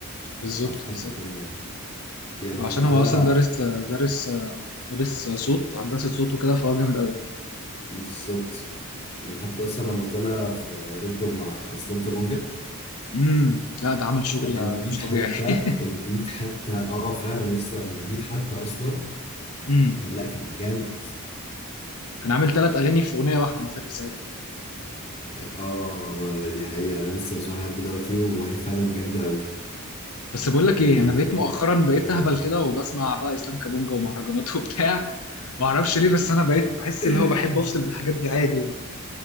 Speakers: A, on the left; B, on the left.
A: بالظبط
B: هو في حتة
A: بالظبط
B: تانية يا لما
A: عشان
B: طلع
A: هو اصلا دارس دارس دارس صوت هندسة صوت وكده فهو جامد قوي
B: بالظبط يعني حتى أصلا لما طلع في ريد بول مع إسلام كابونجا
A: امم لا ده عمل شغل
B: لا البيت
A: مش
B: حتى
A: طبيعي <laughs>
B: البيت حتى اه فعلا لسه يعني البيت حتى أصلا
A: امم
B: كان لا كان جامد
A: كان عامل ثلاث اغاني في اغنية واحدة انا فاكر ساعتها
B: اه هو دي حقيقة أنا لسه بسمعها لحد دلوقتي وهي فعلا جامدة أوي
A: بس بقول لك
B: يعني
A: ايه انا بقيت مؤخرا بقيت
B: قول
A: اهبل كده وبسمع بقى اسلام كابونجا ومهرجانات <laughs> وبتاع ما اعرفش ليه بس انا بقيت بحس
B: <laughs>
A: اللي هو بحب افصل بالحاجات دي عادي يعني